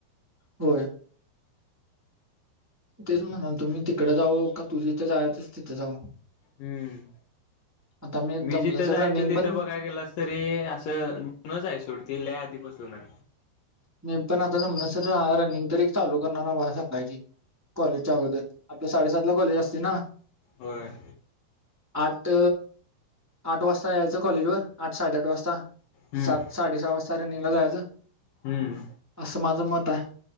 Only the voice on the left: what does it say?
हम्म.
मी
जिथं
जायचो
तिथं
बगाय गेलास तरी असं दनच हाय सोड लइ आधीपासनं दुला
होय.
हम्म
हम्म